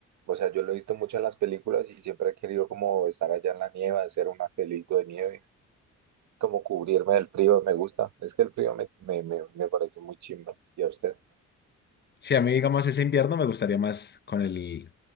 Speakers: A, on the right (about 75°); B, on the left (about 35°).
A: o sea, yo lo he visto mucho en las películas y siempre he querido como estar allá en la nieve, hacer un angelito de nieve, como cubrirme del frío, me gusta. Es que el frío me, me, me, me parece muy chimba. ¿Y a usted?
B: Sí, a mí, digamos, ese invierno me gustaría más con el,